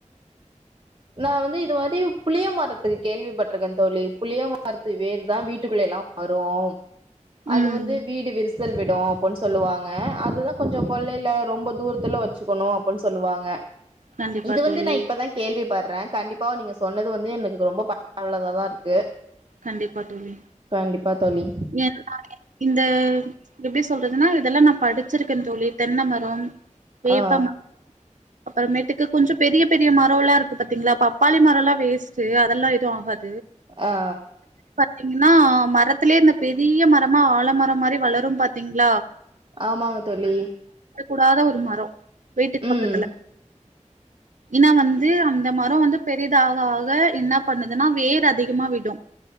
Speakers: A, on the right; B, on the right.
A: நா வந்து இது மாரி புளிய மரத்துக்கு கேள்விப்பட்ருக்க தோழி புளிய மரத்து வேருதா வீட்டுக்குள்ளைலா வரும் அது
B: ம்
A: வந்து வீடு விரிச சல் விடு அப்புன் சொல்வாங்க அதுதா கொஞ்ச கொள்ளையில ரொம்ப தூரத்துல வச்சுக்கணு அப்புன் சொல்லுவாங்க
B: கண்டிப்பா
A: இது
B: தோழி
A: வந்து நா இப்பதா கேள்வி ப டறே கண்டிப்பா நீங்க சொன்னது வந்து எனக்கு ரொம்ப பயனுள்ளதாதா இருக்கு
B: கன்டிப்பா தோழி
A: கண்டிப்பா தோழி
B: என் <inaudible> இந்த எப்டி சொல்றதுன்னா இதெல்லா நா படிச்சிருக்கே தோழி தென்ன மரம் வேப்ப
A: ஆ
B: ம அப்புறமேட்டுக்கு கொஞ்ச பெரிய பெரிய மரல்லா இருக்கு பாத்திங்ளா பப்பாளி மரல்லா வேஸ்ட்டு அதெல்லா எது ஆகாது
A: ஆ
B: பாத்திங்னா மரத்திலயே இந்த பெரிய மரமா ஆலமரம் மாரி வளரும் பாத்திங்ளா
A: ஆமாங்க தோழி
B: கூடாத ஒரு மர வீட்டுக்கு
A: ம்
B: பக்கத்துல இனா வந்து அந்த மர வந்து பெரிதாக ஆக என்ன பண்ணுதுனா வேர் அதிகமா விடு